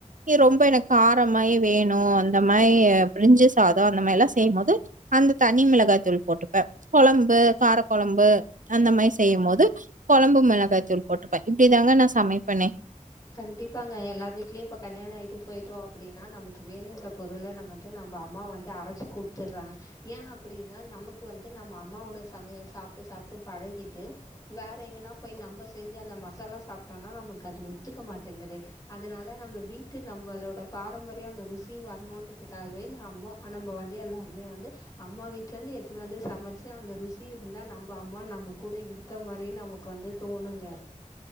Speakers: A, on the right; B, on the left.
A: கே ரொம்ப எனக்கு காரமாயே வேணு அந்த மாரி பிரிஞ்சு சாதொ அந்த மாரில்லா செய்யம்போது அந்த தனி மிளகாய் தூள் போட்டுப்பே கொழம்பு கார கொழம்பு அந்த மாரி செய்யம்போது கொழம்பு மெளகாய் தூள் போட்டுப்பே இப்டிதாங்க நா சமைப்பனே
B: கண்டிப்பாங்க எல்லார் வீட்லயு இப்ப கல்யாணோ ஆயிட்டு பொயிட்டோ அப்டின்னா நம்ளுக்கு வேணுன்ற பொருள நம்ப வந்து நம் ப அம்மா வந்து அரச்சி குடுத்துறாங்க ஏ அப்டின்னா நமக்கு வந்து நம்ப அம்மாவோட சமையல் சாப்ட்டு சா ப்ட்டு பழகிட்டு வேற எங்கனா போய் நம்ப செஞ்ச அந்த மசாலா சாப்ட்டோனா நம்ளுக்கு அது ஒத் துக்க மாட்டேங்குது அதனால நம்ப வீட்டு நம்பளோட பாரம்பரியோ அந்த ருசி வரணுன்றதுக்காகவே நம்போ நம்ப வந்து எல்லாருமே வந்து அம்மா வீட்டு இருந்து எத்துனு வந்து சமச்சி அந்த ருசி இருந்தா நம் ப அம்மா நம்ப கூட இருக்க மாரியே நமக்கு வந்து தோணுங்க